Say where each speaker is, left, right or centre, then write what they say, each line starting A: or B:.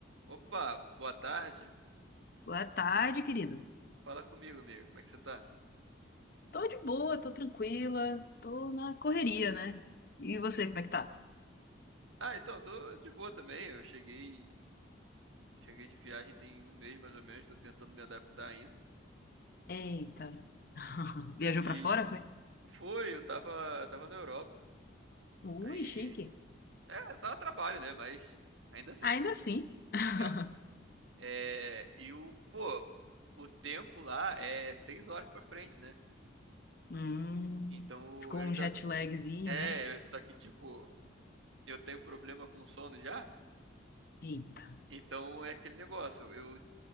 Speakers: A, on the right; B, on the left.
A: Opa, boa tarde.
B: Boa tarde, querido.
A: Fala comigo, amigo. Como é que você tá?
B: Tô de boa, tô tranquila, tô na correria, né? E você, como é que tá?
A: Ah, então, eu tô de boa também. Eu cheguei, cheguei de viagem tem um mês mais ou menos, tô tentando me adaptar ainda.
B: Eita. <laughs> Viajou
A: Que
B: pra fora, foi?
A: foi, eu tava, tava na Europa.
B: Ui,
A: Aí,
B: chique.
A: é, tava a trabalho, né? Mas ainda assim,
B: Ainda assim. <laughs>
A: é. É, e o, pô, o tempo lá é seis horas pra frente, né?
B: Hum,
A: Então
B: ficou
A: eu
B: um
A: ainda,
B: jet lagzinho,
A: é,
B: né?
A: eu- só que tipo, eu tenho problema com sono já.
B: Eita.
A: Então é aquele negócio. Eu